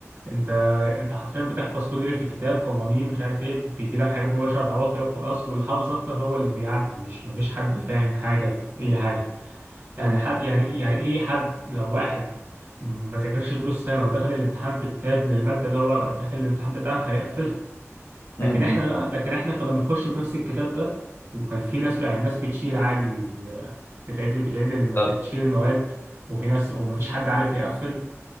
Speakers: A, on the right (about 50°); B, on the left (about 45°).
A: انت انت حرفيا بتحفظ كل اللي في الكتاب قوانين ومش عارف ايه بيجي لك حاجات مباشرة تعوض فيها وخلاص واللي حافظ اكتر هو اللي بيعدي مش مفيش حد فاهم حاجة في اي حاجة يعني
B: مم.
A: حد يعني يعني ايه حد لو واحد ما ذاكرش طول السنة ودخل الامتحان بكتاب للمادة اللي هو داخل الامتحان بتاعها هيقفلها
B: مم.
A: لكن احنا
B: مم.
A: لا لكن احنا كنا بنخش بنفس الكتاب ده وكان في ناس يعني ناس بتشيل عادي ال- بتعيد بتعيد الم-
B: طب
A: بتشيل المواد وفي ناس ومفيش حد عارف يقفل